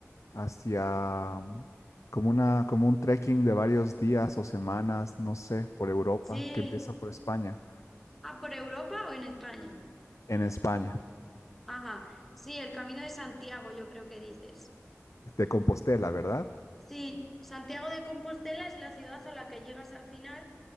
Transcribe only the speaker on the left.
hacia mm, como una, como un trekking de varios días o semanas, no sé, por Europa,
que empieza por España,
en España,
de Compostela, ¿verdad?